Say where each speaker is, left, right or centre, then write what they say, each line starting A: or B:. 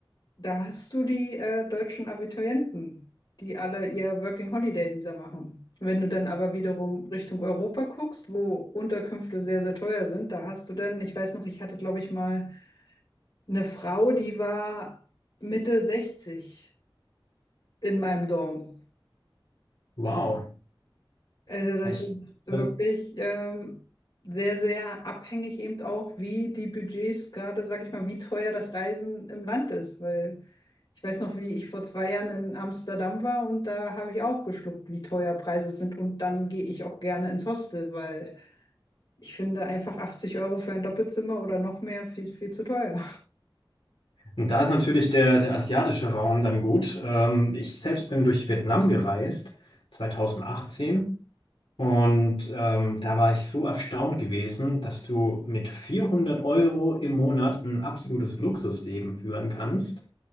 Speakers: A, on the left; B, on the left.
A: da hast du die äh, deutschen Abiturienten, die alle ihr Working Holiday Visa machen. Wenn du dann aber wiederum Richtung Europa guckst, wo Unterkünfte sehr, sehr teuer sind, da hast du dann, ich weiß noch, ich hatte, glaube ich, mal eine Frau, die war Mitte 60 in meinem Dorf.
B: Wow.
A: Also das
B: Ja, Ich,
A: ist wirklich
B: äh,
A: ähm, sehr, sehr abhängig eben auch, wie die Budgets gerade, sag ich mal, wie teuer das Reisen im Land ist. Weil ich weiß noch, wie ich vor zwei Jahren in Amsterdam war und da habe ich auch geschluckt, wie teuer Preise sind. Und dann gehe ich auch gerne ins Hostel, weil ich finde einfach 80 Euro für ein Doppelzimmer oder noch mehr viel, viel zu teuer.
B: und da ist natürlich der, der asiatische Raum dann gut. Ähm, ich selbst bin durch Vietnam gereist, 2018. Und ähm, da war ich so erstaunt gewesen, dass du mit 400 Euro im Monat ein absolutes Luxusleben führen kannst.